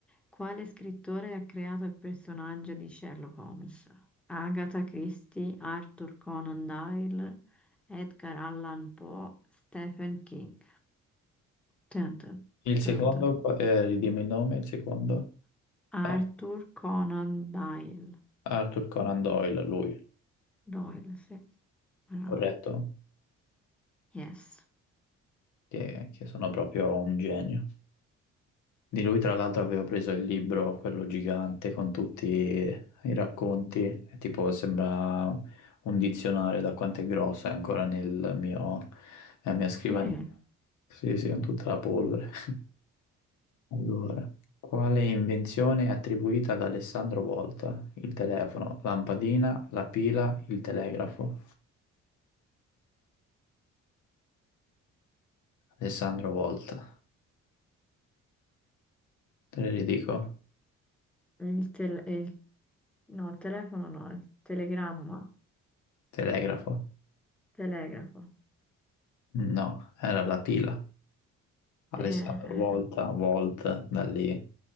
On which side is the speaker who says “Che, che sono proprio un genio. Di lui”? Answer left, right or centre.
Left